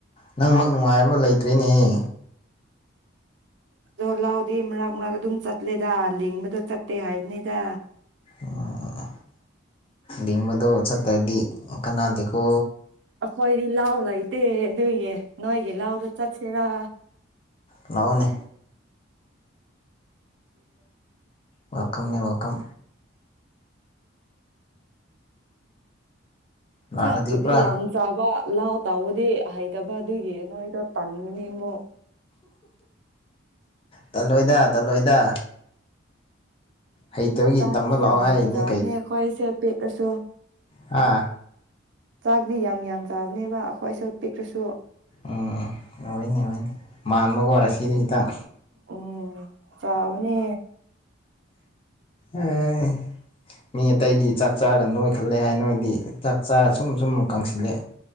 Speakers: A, on the left; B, on the right.
A: ꯅꯪꯃꯛ ꯅꯨꯡꯉꯥꯏꯕ ꯂꯩꯇ꯭ꯔꯦꯅꯦ ꯍꯦ
B: ꯑꯗꯣ ꯂꯧꯗꯤ ꯃꯔꯛ ꯃꯔꯛꯇ ꯑꯗꯨꯝ ꯆꯠꯂꯦꯗ ꯂꯤꯡꯕꯗꯣ ꯆꯠꯇꯦ ꯍꯥꯏꯕꯅꯦꯗ
A: ꯑꯣ ꯂꯤꯡꯕꯗꯣ ꯆꯠꯇ꯭ꯔꯗꯤ ꯀꯅꯥꯗꯤꯀꯣ
B: ꯑꯩꯈꯣꯏꯗꯤ ꯂꯧ ꯂꯩꯇꯦ ꯑꯗꯨꯏꯒꯤ ꯅꯣꯏꯒꯤ ꯂꯧꯗꯣ ꯆꯠꯁꯤꯔ
A: ꯂꯛꯑꯣꯅꯦ
B: <inaudible>
A: ꯋꯦꯜꯀꯝꯅꯤ ꯋꯦꯜꯀꯝ ꯂꯥꯛꯂꯗꯤ
B: ꯆꯥꯛꯄꯨꯗꯤ
A: ꯄꯨꯔꯥ
B: ꯌꯥꯝ ꯆꯥꯕ ꯂꯥꯎ ꯇꯥꯎꯕꯗꯤ ꯍꯩꯇꯕ ꯑꯗꯨꯒꯤ ꯅꯣꯏꯗꯣ ꯇꯟꯒꯅꯤ ꯑꯃꯨꯛ
A: ꯇꯜꯂꯣꯏꯗ ꯇꯜꯂꯣꯏꯗ ꯍꯩꯇꯕꯒꯤ
B: ꯆꯥꯛꯇꯤ
A: ꯇꯝꯕ ꯂꯥꯛꯑꯣ
B: ꯌꯥꯝ
A: ꯍꯥꯏꯔꯤꯅꯦ
B: ꯆꯥꯕꯅꯦ ꯑꯩꯈꯣꯏꯁꯦ ꯄꯤꯛꯑꯁꯨ
A: ꯍꯥ
B: ꯆꯥꯛꯗꯤ ꯌꯥꯝ ꯌꯥꯝ ꯆꯥꯕꯅꯦꯕ ꯑꯩꯈꯣꯏꯁꯨ ꯄꯤꯛꯔꯁꯨ
A: ꯎꯝ ꯑꯣꯏꯅꯤ ꯑꯣꯏꯅꯤ ꯃꯥꯟꯕꯒ ꯑꯣꯏꯔ ꯁꯤꯗ
B: ꯎꯝ ꯆꯥꯕꯅꯤ
A: ꯑꯥ ꯃꯤ ꯑꯇꯥꯏꯗꯤ ꯆꯥꯛ ꯆꯥꯔꯒ ꯅꯣꯏꯈꯠꯂꯦ ꯍꯥꯏ ꯅꯣꯏꯗꯤ ꯆꯥꯛ ꯆꯥꯔ ꯁꯨꯝ ꯁꯨꯝ ꯀꯪꯁꯤꯜꯂꯛꯑꯦ